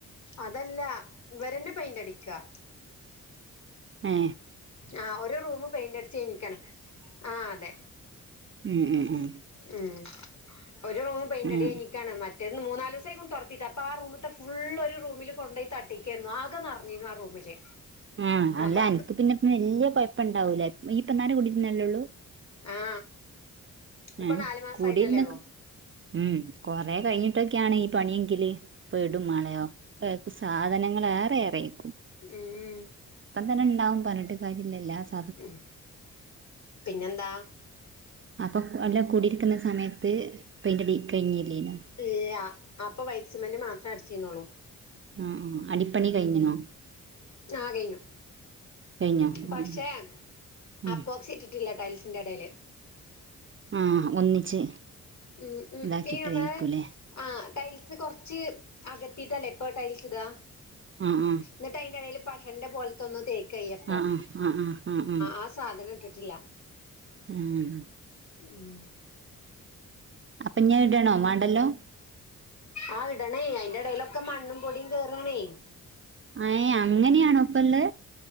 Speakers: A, on the left (about 50°); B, on the right (about 35°).
A: അതല്ല ഇവരെന്നെ പെയിന്റടിക്കാ
B: ഏ
A: ആ ഒരു റൂമ് പെയിന്റടിച്ച് കയിഞ്ക്ക്ണ് ആ അതെ
B: ഉം ഉം ഉം
A: ഉം ഒരു റൂമ് പെയിന്റടി
B: ഉം
A: കയ്ഞ്ക്കാണ് മറ്റ്‌ റ്റേത് മൂന്നാലൂസായ്ക്കുണു തൊടതീറ്റ് അപ്പൊ ആറൂമ്ത്തെ ഫുള്ളള് ഒരു റുമില് കൊണ്ടോയി തട്ടിക്കെര്ന്നു ആകെ നർഞ്ഞിരുന്നു ആ റൂമില്
B: ആ അല്ല
A: അപ്പൊ
B: അൻക്ക് പിന്നെപ്പം വെല്ല്യ കൊയപ്പണ്ടാവൂല ഇയ്യ് ഇപ്പ നേരം കൂടിര്ന്നല്ലേള്ളൂ
A: ആ ഇപ്പൊ
B: ഏഹ്
A: നാല് മാസായിട്ടല്ലേള്ളൂ
B: കൂടിയിരുന്ന് ഉം കൊറെ കഴിഞ്ഞിട്ടൊക്കെയാണ് ഈ പണിയെങ്കില് പെടും മാണെ ഒക്കെ സാധനങ്ങള് എറെ ഏറെര്ക്കും
A: ഉം ഉം
B: പ്പ തന്നെണ്ടാവും പർഞ്ട്ട് കാര്യല്ല എല്ലാസ്
A: ഉം പിന്നെന്താ
B: പ്പം അല്ല കുടിരിക്ക്ന്ന സമയത്ത് പെയിന്റടി കയിഞ്ഞില്ലേനോ
A: ഇല്ല അപ്പൊ വൈറ്റ് സിമെന്റ് മാത്രേ അട്ച്ചീന്നൊള്ളു
B: ആ ആ അടിപ്പണി കഴിഞ്ഞ്ണോ
A: ആ കയ്ഞ്ഞു
B: കഴിഞ്ഞോ
A: പക്ഷെ
B: ഉം ഉം
A: അപ്പോക്സി ട്ടില്ല ടൈൽസിന്റെടേല്
B: ആ ഒന്നിച്ച്
A: ഉം ഉ
B: ഇതാക്കിട്ടേക്കൂലേ
A: ഈ നമ്മളെ ആ ടൈൽസ് കൊർച്ച് അകത്തിട്ടല്ലേ ഇപ്പോ ടൈൽസ്ടാ
B: ആ ആ
A: ന്ന്ട്ടയ്ന്റെടേല് പഷന്റെ പോലെത്തൊന്ന് തേക്ക്യ്യപ്പോ
B: ആഹ് ആഹ് ആഹ് ആഹ് ആഹ്
A: ആ സ് സാധനം ഇട്ടിട്ടില്ല
B: ഉം
A: ഉം
B: പ്പഞ്ഞി അത് ഇടണോ വേണ്ടല്ലോ
A: അ ഇടണേ അയിന്റെ എടേലൊക്കെ മണ്ണും പൊടീം കേറാണേ
B: എ അങ്ങനെയാണോ ഇപ്പള്ളത്